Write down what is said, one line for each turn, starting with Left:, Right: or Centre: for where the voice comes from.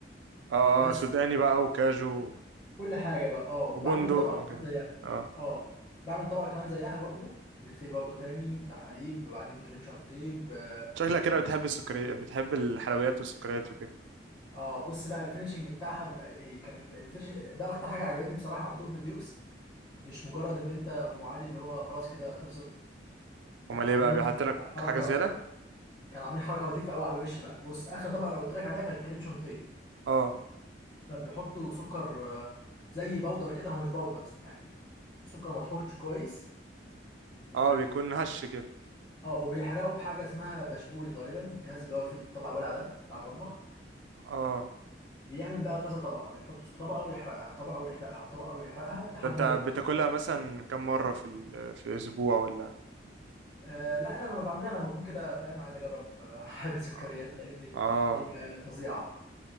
Right: اه
Left: بس
Right: آه، سوداني بقى وكاجو
Left: كل حاجة بقى اه وبعمل
Right: وبندق وكده
Left: طبقة كمان زيها
Right: اه
Left: اه بعمل طبقة كمان زيها برضو بالفي برضو تاني بحليب وبعدين كريم شانتيه ب-
Right: شكلك كده بتحب السكريات بتحب الحلويات والسكريات وكده
Left: اه بص بقى الفينشنج بتاعها بيبقى ايه كان الفينش ده اكتر حاجة عجبتني بصراحة عندهم في ديوكس مش مجرد ان انت ام علي اللي هو خلاص كده خلصت
Right: امال
Left: كانوا عاملين
Right: ايه بقى بيحط لك
Left: حركة
Right: حاجه زياده
Left: كانوا عاملين حركة لطيفة قوي على الوش بقى بص اخر طبقة انا قلت لك عليها كانت كريم شانتيه
Right: اه
Left: فبيحطوا سكر آه، زي بودر كده هو مش بودر يعني سكر مطحونش كويس و
Right: اه بيكون هش كده
Left: اه وبيحرقوا بحاجه اسمها بشبوري غالبا الجهاز اللي هو فيه بيطلع ولع ده بتاع المطبخ
Right: اه
Left: بيعمل بقى كذا طبقه بيحط طبقه ويحرقها طبقه ويحرقها وطبقه ويحرقها لحد
Right: ده انت
Left: ما
Right: بتاكلها مثلا كم مره في ال... في الاسبوع ولا
Left: آه لا انا لما بعملها لما بكون كده فاهم عايز اجرب آه، <laughs> حاجه سكريات
Right: اه
Left: لان
Right: آه.
Left: هي فظيعه